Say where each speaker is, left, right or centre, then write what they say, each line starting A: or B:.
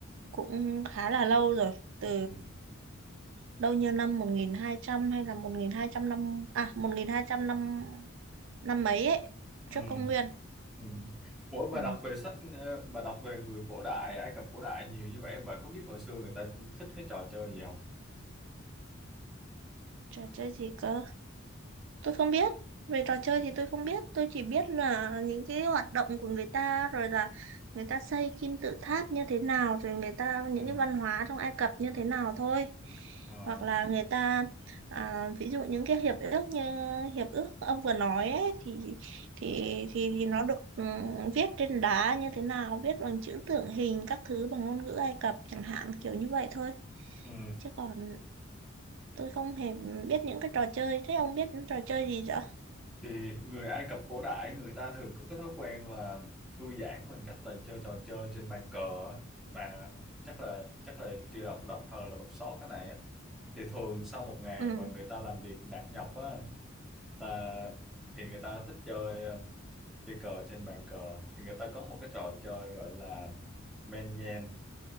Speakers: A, on the right (about 65°); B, in the centre.
A: cũng khá là lâu rồi từ
B: ừ,
A: đâu như năm 1200 hay là 1200 năm à 1200 năm năm mấy ấy
B: ừ,
A: trước công nguyên
B: ừ. Ủa bà
A: ừ.
B: đọc về sách ờ, bà đọc về người cổ đại Ai Cập cổ đại nhiều như vậy bà có biết hồi xưa người ta thích cái trò chơi gì không
A: trò chơi gì cơ Tôi không biết. Về trò chơi thì tôi không biết. Tôi chỉ biết là những cái hoạt động của người ta rồi là người ta xây kim tự tháp như thế nào rồi người ta những
B: ừ,
A: cái văn hóa trong Ai Cập như thế nào thôi.
B: ờ,
A: Hoặc là người ta à, ví dụ những cái hiệp ước như hiệp ước ông vừa nói ấy, thì, thì thì thì nó được ừ, viết trên đá như thế nào, viết bằng chữ tượng hình các thứ bằng ngôn ngữ Ai Cập chẳng hạn kiểu như vậy thôi.
B: ừ.
A: Chứ còn tôi không hề biết những cái trò chơi. Thế ông biết những trò chơi gì vậy?
B: thì người Ai Cập cổ đại người ta thường có cái thói quen là thư giãn bằng cách là chơi trò chơi trên bàn cờ á. và chắc là chắc là chưa đọc đọc hơn là đọc sót cái này á. thì thường sau một ngày
A: ừ
B: mà người ta làm việc nặng nhọc á là thì người ta thích chơi ờ, chơi cờ trên bàn cờ thì người ta có một cái trò chơi gọi là men nhen